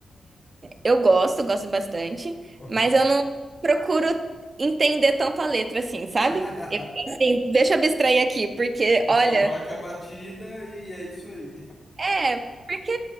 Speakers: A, on the right; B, on the left.
A: eu gosto, gosto bastante,
B: Aham.
A: mas eu não procuro entender tanto a letra assim, sabe?
B: <laughs>
A: Eu assim, deixa eu abstrair aqui, porque
B: Você
A: olha,
B: só vai com a batida e é isso aí.
A: é, porque